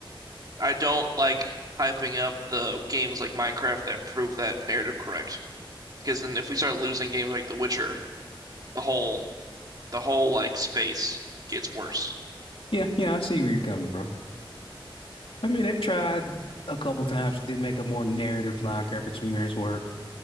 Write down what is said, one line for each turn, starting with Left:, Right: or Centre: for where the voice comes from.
Right: I don't like hyping up the games like Minecraft that prove that narrative correct. Because then if we start losing games like The Witcher, the whole the whole like space gets worse.
Left: Yeah. Yeah. I see where you're coming from. I mean, they've tried a couple times to make a more narrative Minecraft experience work.